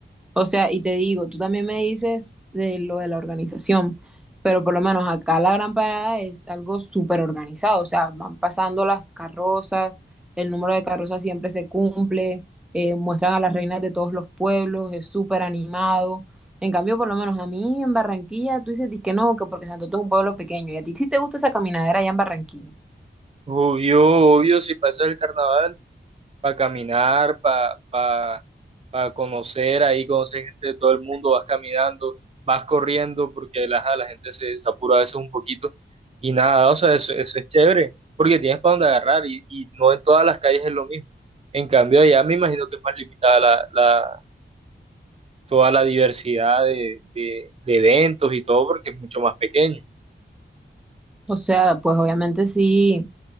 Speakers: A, in the centre; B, on the right.
A: O sea, y te digo, tú también me dices de lo de la organización, pero por lo menos acá la Gran Parada es algo súper organizado, o sea, van pasando las carrozas, el número de carrozas siempre se cumple, eh, muestran a las reinas de todos los pueblos, es súper animado. En cambio, por lo menos a mí en Barranquilla, tú dices que no, que porque Santo Tomás es un pueblo pequeño, y a ti sí te gusta esa caminadera allá en Barranquilla.
B: Obvio, obvio, si pasa el carnaval. para caminar, para pa, pa conocer, ahí conocer gente de todo el mundo, vas caminando, vas corriendo, porque la, ajá, la gente se, se apura a veces un poquito y nada, o sea, eso, eso es chévere, porque tienes para dónde agarrar y, y no en todas las calles es lo mismo. En cambio, allá me imagino que es más limitada la, la, toda la diversidad de, de, de eventos y todo, porque es mucho más pequeño.
A: O sea, pues obviamente sí.